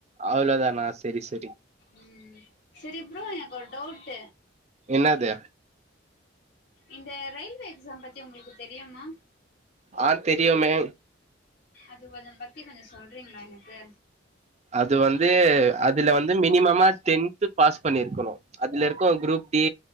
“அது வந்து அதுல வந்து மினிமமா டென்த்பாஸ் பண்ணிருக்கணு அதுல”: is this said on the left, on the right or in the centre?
Right